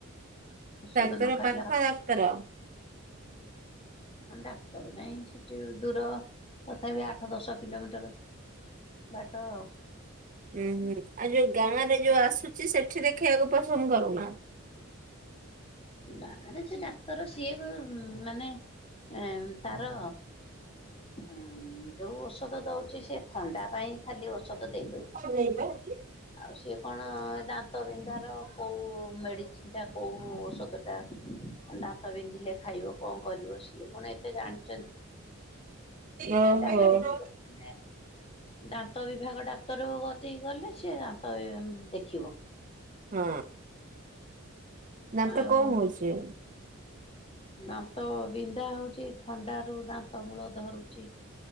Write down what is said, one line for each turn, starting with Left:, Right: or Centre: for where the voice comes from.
Left: ଔଷଧ
Right: ଡାକ୍ତର
Left: ନ ଖାଇଲେ
Right: ପାଖ ଡାକ୍ତର
Left: <inaudible> ହ ଡାକ୍ତର ଯାଇ ସେଠି ଦୂର ତଥାପି ଆଠ ଦଶ କିଲୋମିଟର, ବାଟ
Right: ଉୁଁ ହୁଁ ଆଉ ଯୋଉ ଗାଁ ରେ ଯୋଉ ଆସୁଛି ସେଠି ଦେଖେଇବାକୁ ପସନ୍ଦ କରୁନା
Left: ବାରେ ସେ ଡାକ୍ତର ସିଏ କ ମାନେ ଏ ତାର ହୁଁ ଯୋଉ ଔଷଧ ଦଉଛି ସେ ଥଣ୍ଡା ପାଇଁ ଖାଲି ଔଷଧ ଦେଇ ଦଉଛି
Right: ଆଟ <unintelligible>
Left: ଆଉ ସିଏ କଣ ଦାନ୍ତ ବିନ୍ଧାର କୋଉ ମେଡିସିନ ଟା କୋଉ ଔଷଧ ଦାନ୍ତ ବିନ୍ଧିଲେ ଖାଇବ କଣ କରିବ ସିଏ କଣ ଏତେ ଜାଣିଛନ୍ତି।
Right: ଓହୋ
Left: ସେ ଡାକ୍ତର
Right: ହଁ
Left: <unintelligible> ଦାନ୍ତ ବିଭାଗ ଡାକ୍ତର କତିକି ଗଲେ ସେ ଦାନ୍ତ ଦେଖିବ
Right: ହଁ ଦାନ୍ତ
Left: ଆଉ
Right: କଣ ହଉଛି
Left: ଦାନ୍ତ ବିନ୍ଧା ହଉଛି ଥଣ୍ଡାରୁ ଦାନ୍ତ ମୂଳ ଧରୁଛି